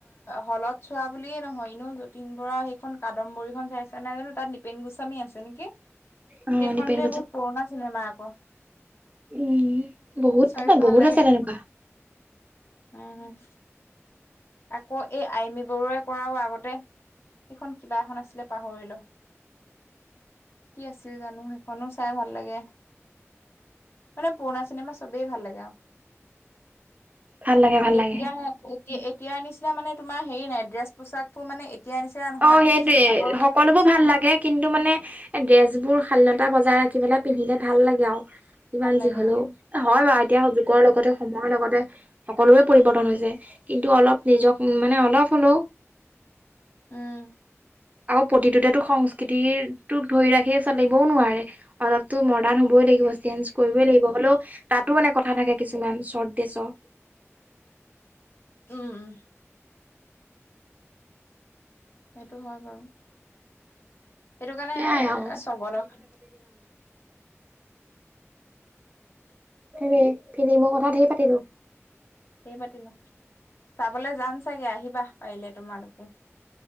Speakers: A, on the left; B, on the right.
A: হলত চোৱা বুলিয়ে নহয়। এনেও যতীন বৰা সেইখন কাদামম্বৰী খন চাই তেনেহলে তাত নীপেন গোস্বামী আছে নেকি?
B: অ
A: সেইখন
B: নিপেন
A: যে বহুত পুৰণা চিনেমা। আকৌ
B: ই', বহুত
A: চাইও ভাল
B: বহুত
A: লাগে
B: আছে তেনেকুৱা।
A: উম', আকৌ- এই আইমি বৰুৱাই কৰাও আগতে, সিখন কিবা এখন আছিলে পাহৰিলো। কি আছিল জানো সেইখনো চাই ভাল লাগে। মানে পুৰণা চিনেমা চবেই ভাল লাগে। আৰু
B: ভাল লাগে ভাল
A: এতিয়াহে,
B: লাগে
A: এতি এতিয়া নিচিনা মানে তোমাৰ হেৰি নাই। ড্ৰেছ পোছাকবোৰ মানে এতিয়াৰ নিচিনা নহয়।
B: অ', সেইটোয়ে
A: আগৰ কিন্তু
B: সকলোবোৰ ভাল লাগে। কিন্তু মানে ড্ৰেছ বোৰ খালি অলপ এটা বজাই ৰাখিপেলাই পিন্ধিলে ভাল লাগে আৰু, যিমান
A: ভাল লাগে
B: যি হ'লেও।
A: আৰু।
B: হয় বাৰু এতিয়া যুগৰ লগতে সময়ৰ লগতে সকলোৰে পৰিৱৰ্তন হৈছে। কিন্তু অলপ
A: উম
B: নিজক মানে অলপ হ'লেও
A: উম
B: আৰু প্ৰতিটোতে সংস্কৃতিটোক ধৰি ৰাখি চলিবও নোৱাৰে। অলপটো মডাৰ্ণ হ'বই লাগিব। চেঞ্জ কৰিবই লাগিব হ'লেও তাতো মানে কথা থাকে কিছু কিমান চটডেছ
A: উম', সেইটো হয় বাৰু, সেইটো কাৰণে
B: সেয়াই
A: এ
B: আৰু
A: চব অলপ ভাল
B: ৰে ফিলিম কথা ধেই পাতিলোঁ
A: ধেই পাতিলো চাবলৈ যাম চাগে আহিবা পাৰিলে তোমালোকো